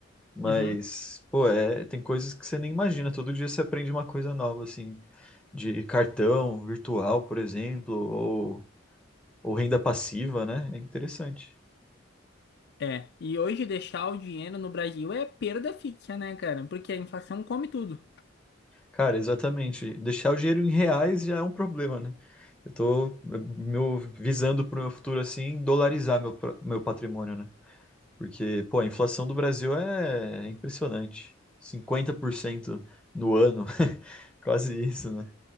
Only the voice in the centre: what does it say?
Mas,
pô, é, tem coisas que você nem imagina. Todo dia você aprende uma coisa nova, assim, de cartão virtual, por exemplo, ou, ou renda passiva, né? É interessante.
Cara, exatamente. Deixar o dinheiro em reais já é um problema, né? Eu tô eh, meu, visando pro meu futuro assim, dolarizar meu, pra- meu patrimônio, né? Porque, pô, a inflação do Brasil é é impressionante. cinquenta por cento no ano, <laughs> quase isso, né?